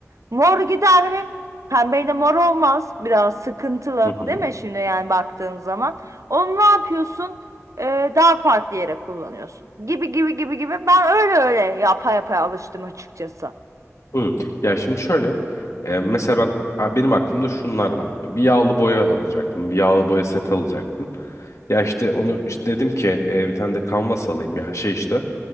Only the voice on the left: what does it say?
Hı hı.
Hı. Ya şimdi şöyle e, mesela ben a, benim aklımda şunlar var. Bir yağlı boya alacaktım. Bir yağlı boya set alacaktım. Ya işte onu işte dedim ki e, bir tane de kanvas alayım ya şey işte